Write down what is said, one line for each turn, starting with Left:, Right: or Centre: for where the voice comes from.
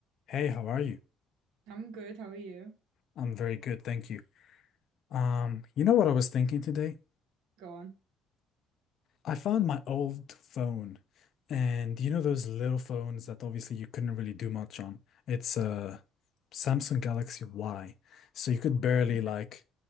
Left: Hey, how are you?
Right: I'm good. How are you?
Left: I'm very good, thank you. Um, you know what I was thinking today?
Right: Go on.
Left: I found my old phone, and you know those little phones that obviously you couldn't really do much on. It's a Samsung Galaxy Y, so you could barely
Right: Okay.
Left: like